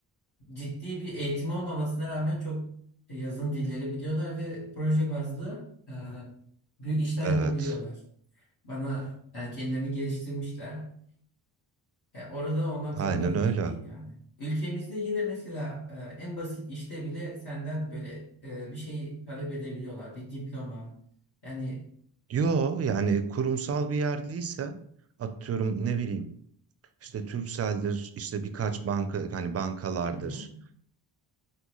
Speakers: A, on the left; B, on the right.
A: ciddi bir eğitim olmamasına rağmen çok yazın dilleri biliyorlar ve proje bazlı e, büyük işler
B: Evet.
A: yapabiliyorlar. Bana yani kendilerini geliştirmişler. E, orada olmak
B: Aynen
A: zorunda da
B: öyle.
A: bile değil yani. Ülkemizde yine mesela e, en basit işte bile senden böyle e, bir şeyi talep edebiliyorlar. Bir diploma. Yani
B: Yo yani kurumsal bir yer değilse atıyorum ne bileyim işte Turkcell'dir işte birkaç banka hani bankalardır.
A: hı hı,